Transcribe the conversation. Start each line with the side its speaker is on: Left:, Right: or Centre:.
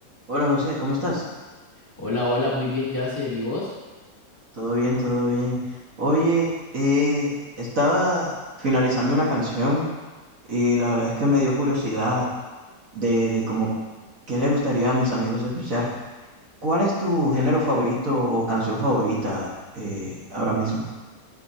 Right: Hola José, ¿cómo estás?
Left: Hola, hola, muy bien, Yasser. ¿Y vos?
Right: Todo bien, todo bien. Oye, eh, estaba finalizando una canción y la verdad es que me dio curiosidad de, de como qué le gustaría a mis amigos escuchar. ¿Cuál es tu género favorito o canción favorita eh, ahora mismo?